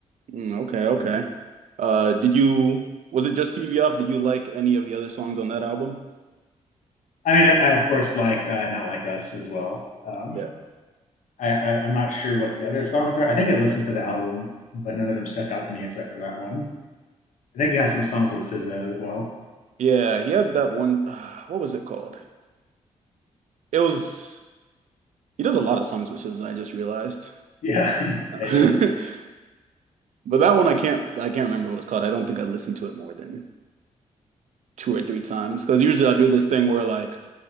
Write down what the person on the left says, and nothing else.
I mean, I, I of course like uh, "Not Like Us" as well. Um,
I, I, I'm not sure what the other songs are. I think I listened to the album, but none of them stuck out to me except for that one. I think he has some songs with SZA as well.
Yeah, <laughs> yeah,
he does.